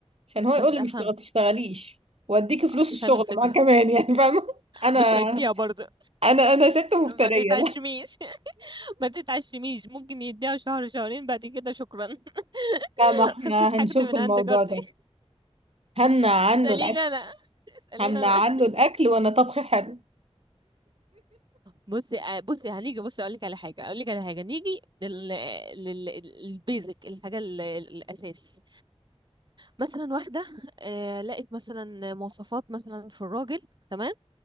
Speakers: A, on the right; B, on the right.
A: عشان هو يقول
B: بس
A: لي
B: افهم
A: مش تغ- تشتغليش واديكي فلوس
B: آه، تفهم
A: الشغل
B: الفكرة
A: معاه كمان يعني <laughs> فاهمه انا
B: مش هيديها برضه
A: انا انا ست مفتريه
B: ما تتعشميش
A: لا
B: <laughs> ما تتعشميش ممكن يديها شهر شهرين بعد كده شكرا
A: لا
B: <laughs>
A: ما احنا
B: خسرت
A: هنشوف
B: حاجتي من
A: الموضوع
B: عند جارتي
A: ده همنع
B: <laughs>
A: عنه
B: اسأليني
A: الاكل
B: انا اسأليني
A: همنع
B: انا
A: عنه الاكل وانا طبخي حلو
B: بصي آه، بصي هنيجي بصي اقول لك على حاجة اقول لك على حاجة نيجي لل لل البيزك الحاجة ال- الاساس مثلا واحدة آه، لقت مثلا مواصفات مثلا في الراجل تمام